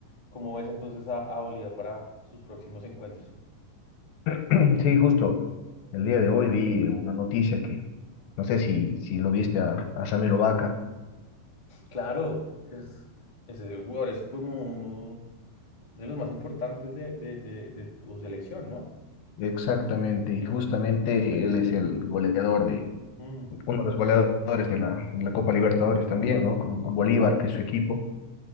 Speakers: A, on the left; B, on the left.
A: cómo ves entonces a, a Bolívar para sus próximos encuentros.
B: <clears throat> Sí, justo el día de hoy vi una noticia que no sé si, si lo viste a, a Ramiro Vaca.
A: Claro, es, ese jugador es como uno de los más importantes de, de, de, de tu selección, ¿no?
B: Exactamente, y justamente él es el goleador de,
A: Mm.
B: uno de los goleadores de la, de la Copa Libertadores también, ¿no? Con, con Bolívar, que es su equipo.